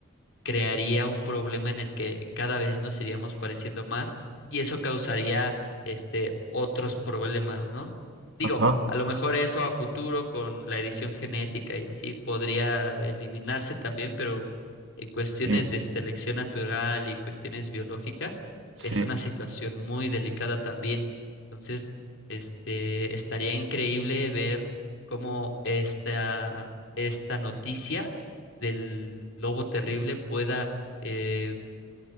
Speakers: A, on the left (about 70°); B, on the right (about 65°).
A: crearía un problema en el que cada vez nos iríamos pareciendo más y eso causaría este otros problemas, ¿no? Digo,
B: ajá,
A: a lo mejor eso a futuro con la edición genética y así podría eliminarse también, pero en cuestiones
B: sí,
A: de selección natural y cuestiones biológicas
B: sí,
A: es una situación muy delicada también. Entonces, este estaría increíble ver cómo esta esta noticia del lobo terrible pueda eh,